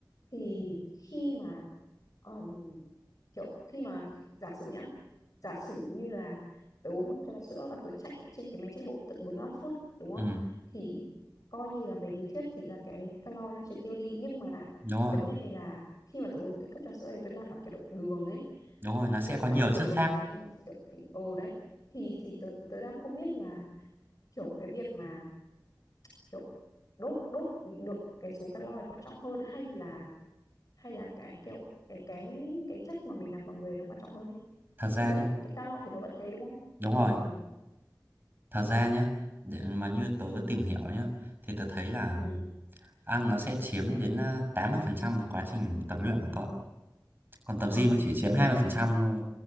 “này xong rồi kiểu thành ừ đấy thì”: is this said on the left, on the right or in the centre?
Left